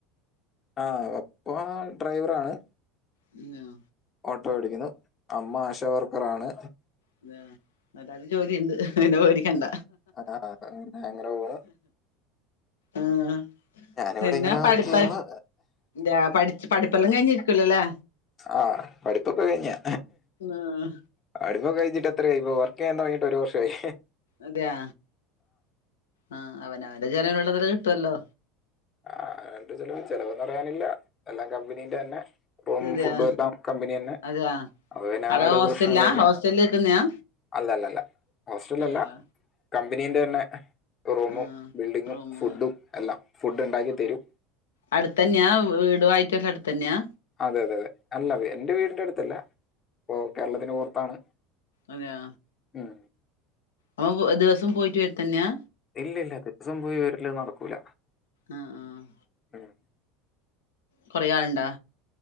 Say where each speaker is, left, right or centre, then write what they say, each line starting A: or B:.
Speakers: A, on the left; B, on the left.
A: ആ പപ്പാ ഡ്രൈവറാണ്.
B: അതെയോ
A: ഓട്ടോ ഓടിക്കുന്ന് അമ്മ ആശ വർക്കറാണ്.
B: അതെ എല്ലാർക്കും ജോലിയുണ്ട് പിന്നെ പേടിക്കണ്ട
A: ആ, അങ്ങനെ പോണു
B: ആഹ്
A: ഞാനിവിടെ
B: പിന്നാ
A: ഇങ്ങനെ വർക്ക്
B: പഠിത്ത
A: ചെയ്യുന്നു
B: ഏ പഠി ജ്ജ് പഠിപ്പല്ലാം കഴിഞ്ഞിരിക്കല്ലല്ലേ.
A: ആഹ പഠിപ്പൊക്കെ കഴിഞ്ഞാ.
B: ആഹ്
A: പഠിപ്പെക്കെ കഴിഞ്ഞിട്ട് എത്രയായി ഇപ്പൊ വർക്ക് ചെയ്യാൻ തുടങ്ങിയിട്ട് ഒരു വർഷആയി.
B: അതെയാ ആ അവന് അവന്റെ ചെലവിനുള്ളത് കിട്ടൊല്ലോ?
A: ആഹ് അതിന്റെ ചെലവ് ചെലവെ ന്ന് പറയാനില്ല എല്ലാം കമ്പനീന്റെന്നെ. റൂം
B: അതെയാ
A: ഫുഡും എല്ലാം കമ്പനിനെന്നെ
B: അതെയാ
A: അപ്പൊ പിന്നെ
B: അവിടെ
A: ആ ഒരു
B: ഹോസ്റ്റലിലാ
A: പ്രശ്നങ്ങളില്ല.
B: ഹോസ്റ്റലിൽ നിക്കുന്നയാ
A: അല്ലല്ലല്ല ഹോസ്റ്റലിലല്ല.
B: അല്ലല്ല
A: കമ്പനീൻ്റെന്നെ റൂമും
B: ആഹ്
A: ബിൽഡിങ്ങും
B: റൂമ്
A: ഫുഡും എല്ലാം ഫുഡ് ഉണ്ടാക്കി തരും.
B: അടുത്തന്നെയാ വീട് വായിട്ടെ ക്ക അടുത്തന്നെയാ.
A: അതെ അതെ അതെ അല്ല എന്റെ വീടിന്റെ അടുത്തല്ല ഇ കേരളത്തിന് പൊറത്താണ്.
B: അതെയൊ
A: ഉം
B: അ ദിവസം പോയിട്ട് വരത്തന്നെയാ
A: ഇല്ല ഇല്ല ദിവസം പോയി വരല് നടക്കൂല.
B: ആഹ് ആഹ്
A: ഉം.
B: കൊറേ ആൾണ്ടാ